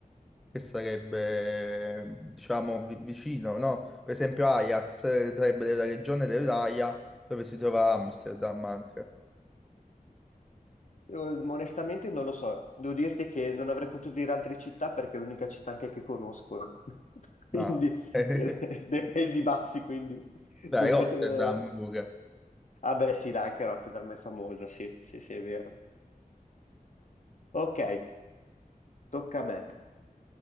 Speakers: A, in the centre; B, on the left.
A: che sarebbe, diciamo, vi- vicino, no? Per esempio Ajax eh, sarebbe della regione dell'Aia dove si trova Amsterdam anche.
B: Io, Onestamente non lo so, devo dirti che non avrei potuto dire altre città perché è l'unica città anche che conosco, <laughs> quindi
A: Ah. <laughs>
B: de- dei Paesi Bassi, quindi
A: Dai,
B: non
A: Rotterdam
B: potevo...
A: pure.
B: Ah beh sì, dai, anche Rotterdam è famosa, sì, sì, sì, è vero. Ok, tocca a me.